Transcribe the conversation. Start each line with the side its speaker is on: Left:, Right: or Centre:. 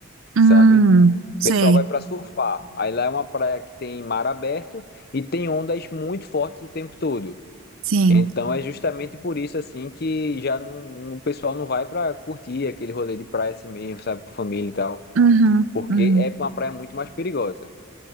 Right: hum,
Left: sabe? O
Right: sei.
Left: pessoal vai para surfar. Aí lá é uma praia que tem mar aberto e tem ondas muito fortes o tempo todo.
Right: Sim.
Left: Então é justamente por isso assim que já não, o pessoal não vai pra curtir aquele rolê de praia assim mesmo, sabe, com família e tal,
Right: Uhum,
Left: porque
Right: uhum.
Left: é uma praia muito mais perigosa.